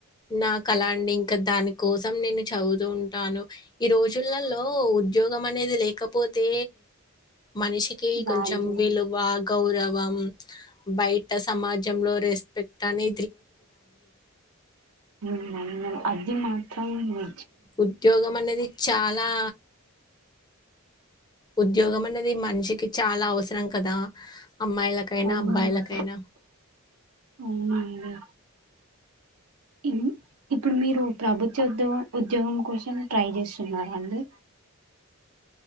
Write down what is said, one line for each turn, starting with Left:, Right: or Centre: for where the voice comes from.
Left: నా కళ అండి ఇంకా దాని కోసం నేను చదువుతూ ఉంటాను ఈ రోజులలో ఉద్యోగ గం అనేది లేకపోతే మనిషికి
Right: వాల్యూ
Left: కొంచెం విలువ గౌరవం బయట సమాజంలో రెస్పెక్ట్ అని
Right: హు అది మాత్ర తమ్ము
Left: ఉద్యోగం అనేది చాలా ఉద్యోగం అన్నది మన్షికి చ చాలా అవసరం కదా. అమ్మాయిలకైనా
Right: అవును
Left: అబ్బాయిలకైనా.
Right: అవునండి ఇన్ ఇప్పుడు మీరు ప్రభుత్వ ఉద్యో ఉద్యోగం కోసం ట్రై చేస్తున్నరా అండి?